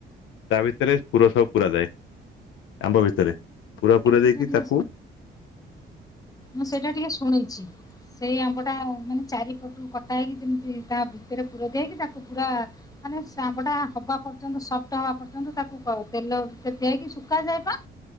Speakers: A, on the left; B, on the left.
A: ତା ଭିତରେ ପୁର ସବୁ ପୁର ଯାଏ ଆମ୍ବ ଭିତରେ ପୁର ପୁରାଯାଇକି
B: ମୁଁ ସେଇଟା ଟିକେ
A: ତାକୁ
B: ମୁଁ ସେଇଟା ଟିକେ ଶୁଣିଛି ସେଇ ଆମ୍ବ ଟା ମାନେ ଚାରିପଟୁ କଟାହେଇକି ଯେମିତି ତା ଭିତରେ ପୁର ଦିଆ ହେଇକି ତାକୁ ପୁରା ମାନେ ସେ ଆମ୍ବ ଟା ହବା ପର୍ଯ୍ୟନ୍ତ ସଫ୍ଟ ହବା ପର୍ଯ୍ୟନ୍ତ ତାକୁ କ ତେଲ ଦେଇକି ଶୁକା ଯାଏପା।